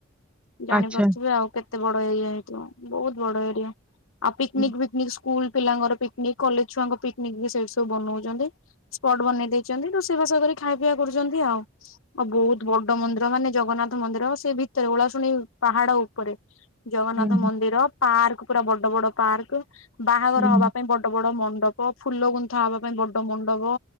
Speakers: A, on the left (about 75°); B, in the centre.
A: ଜାଣିପାରୁଥିବେ
B: ଆଚ୍ଛା
A: ଆଉ କେତେ ବଡ ଏରିଆ ହେଇଥିବ ବୋହୁତ ବଡ ଏରିଆ ଆଉ ପିକନିକ୍
B: ହୁଁ
A: ଫିକନିକ୍ ସ୍କୁଲ ପିଲାଙ୍କର ପିକନିକ୍ କଲେଜ ଛୁଆଙ୍କ ପିକନିକ୍ ବି ସେଇଟିସବୁ ବନଉଚନ୍ତି। ସ୍ପଟ୍ ବନେଇ ଦେଇେଚନ୍ତି ତ ରୋସେଇସାବ ଖାଇବା ପିଇବା କରୁଚନ୍ତି ଆଉ। ଆ ବୋହୁତ ବଡ ମନ୍ଦିର ମାନେ ଜଗନ୍ନାଥ ମନ୍ଦିର ସେ ଭିତରେ ଉଳାଶୁଣି ପାହାଡ ଉପରେ। ଜଗନ୍ନାଥ
B: ହୁଁ
A: ମନ୍ଦିର ପାର୍କ ପୁରା ବଡ ବଡ ପାର୍କେ ବାହାଘର
B: ହୁଁ
A: ହବା ପାଇଁ ବଡ ବଡ ବଡ ମଣ୍ଡପ ଫୁଲ ଗୁନ୍ଥା ହବା ପାଇଁ ବଡ ମଣ୍ଡପ